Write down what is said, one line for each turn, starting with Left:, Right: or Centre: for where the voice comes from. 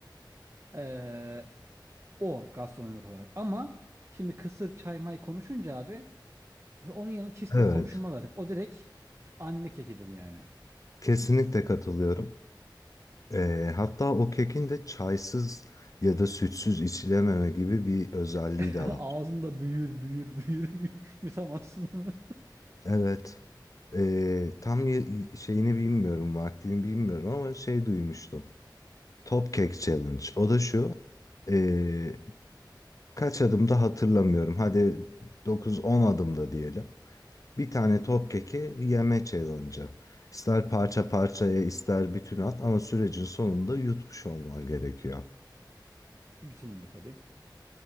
Right: Ee, o gastronomik olarak. Ama şimdi kısır çay may konuşunca abi onun yanı cheesecake
Left: Evet,
Right: konuşulmaz artık. O direkt anne kekidir yani.
Left: kesinlikle katılıyorum. Ee, hatta o kekin de çaysız ya da sütsüz içilememe gibi bir özelliği
Right: <laughs>
Left: de var.
Right: Ağzında büyür büyür büyür, büyür yutamazsın. onu.
Left: Evet. Ee, tam ye- şeyini bilmiyorum, vaktini bilmiyorum ama şey duymuştum. Top Cake Challenge. O da şu. ee, kaç adımda hatırlamıyorum. Hadi 9-10 adımda diyelim. Bir tane top keki yeme challenge'ı. İster parça parçaya ister bütün at ama sürecin sonunda yutmuş olman gerekiyor.
Right: <laughs> Yutulmuyor tabii.